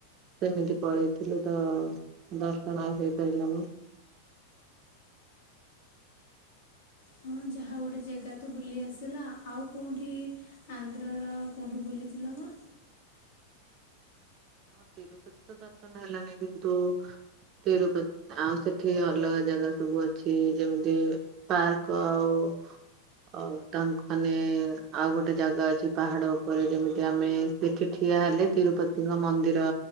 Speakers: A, on the right (about 35°); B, on the left (about 60°).
A: ସେମିତି ପଳେଇଥିଲୁ ତ ଦର୍ଶନ ଆଉ ହେଇପାରିଲାନି।
B: ହଁ ଯାହା ଗୋଟେ ଜାଗା ତ ବୁଲି ଆସିଲା ଆଉ କୋଉଠି ଆନ୍ଧ୍ରର କେଉଁଠୁ ବୁଲିଥିଲା ନା?
A: ହଁ ତିରୁପତି ତ ଦର୍ଶନ ହେଲାନି କିନ୍ତୁ ତିରୁପତି ଆଉ ସେଠି ଅଲଗା ଜାଗା ସବୁ ଅଛି ଯେମିତି ପାର୍କ ଆଉ ଆଉ ତାଙ୍କ ମାନେ ଆଉ ଗୋଟେ ଜାଗା ଅଛି ପାହାଡ ଉପରେ ଯେମିତି ଆମେ ସେଠି ଠିଆ ହେଲେ ତିରୁପତିଙ୍କ ମନ୍ଦିର